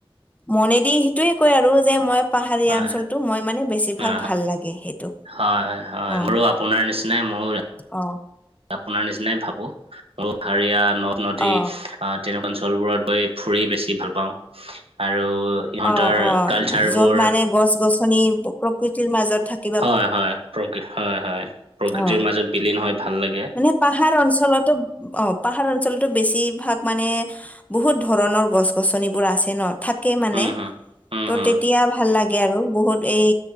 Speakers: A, on the left (about 15°); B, on the right (about 80°).
A: মনেদি সেইটোৱে কয় আৰু যে মই পাহাৰীয়া
B: হয়
A: অঞ্চলতটো মই মানে বেছিভাগ
B: অ
A: ভাল লাগে সেইটো।
B: হয়, হয়, হয়,
A: অ
B: মোৰো আপোনাৰ নিচিনাই মোৰো
A: অ,
B: আপোনাৰ নিচিনাই ভাবো, মোৰ পাহাৰীয়া নদ-নদী।
A: অ
B: তেনেকুৱা অঞ্চলবোৰত গৈ ফুৰি বেছি ভাল পাওঁ, আৰু ইহঁতৰ
A: অ, অ,
B: কালচাৰবোৰ
A: য'ত মানে গছ-গছনি প্ৰকৃতিৰ মাজত থাকে
B: হয়, হয়, প্ৰকৃ- হয়, হয়, প্ৰকৃতিৰ
A: অ
B: মাজত বিলীন হয় ভাল লাগে।
A: মানে পাহাৰ অঞ্চলতো অ, পাহাৰ অঞ্চলতো বেছিভাগ মানে বহুত ধৰণৰ গছ-গছনিবোৰ আছে ন থাকে মানে
B: উম, হুম, উম,
A: ত
B: হুম,
A: তেতিয়া ভাল লাগে আৰু বহুত এই